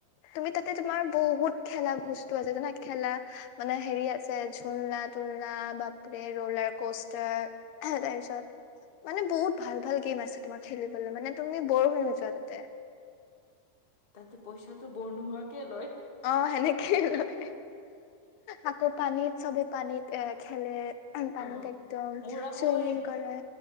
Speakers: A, on the left (about 85°); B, on the left (about 20°).
A: তুমি তাতে তোমাৰ বহুত খেলা বস্তু আছে জানা খেলা- মানে হেৰি আছে ঝুলনা তুলনা বাপৰে ৰোলাৰ কষ্টাৰ। হেঁ তাপিছত- মানে বহুত ভাল ভাল গেম আছে তোমাৰ খেলিবলে মানে তুমি ব'ৰ হৈ নোযোৱা তাতে।
B: তাতে পইচাটো ব'ৰ নোহোৱাকে লয়।
A: অঁ, সেনেকেই লয়, আকৌ পানীত চবে পানীত এ খেলে- পানীত
B: অ অ'
A: একদম
B: মোৰ আকৌ
A: চুইমিং
B: এই
A: কৰে